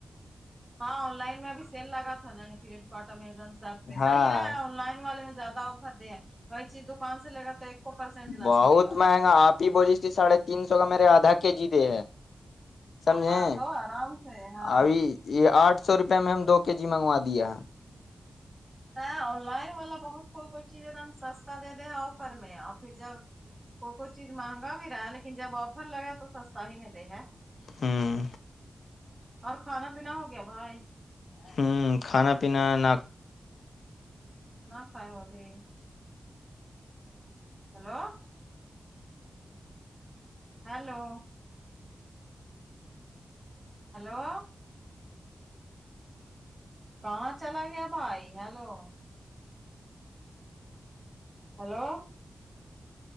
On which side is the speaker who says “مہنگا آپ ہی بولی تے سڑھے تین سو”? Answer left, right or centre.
Left